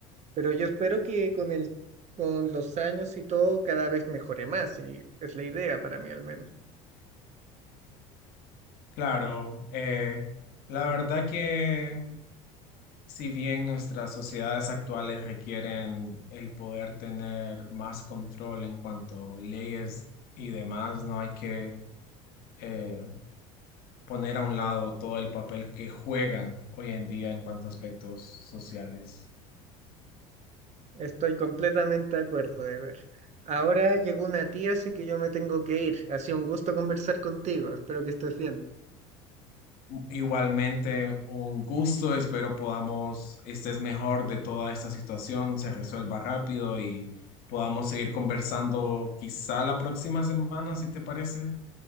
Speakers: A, on the right; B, on the left.
A: Pero yo espero que con el, con los años y todo cada vez mejore más, y es la idea para mí al menos.
B: Claro, eh, la verdad que si bien nuestras sociedades actuales requieren el poder tener más control en cuanto a leyes y demás, no hay que eh, poner a un lado todo el papel que juegan hoy en día en cuanto a aspectos sociales.
A: Estoy completamente de acuerdo, ver. Ahora llegó una tía, así que yo me tengo que ir. Ha sido un gusto conversar contigo. Espero que estés bien.
B: Igualmente, un gusto. Espero podamos, estés mejor de toda esta situación, se resuelva rápido y podamos seguir conversando quizá la próxima semana, si te parece.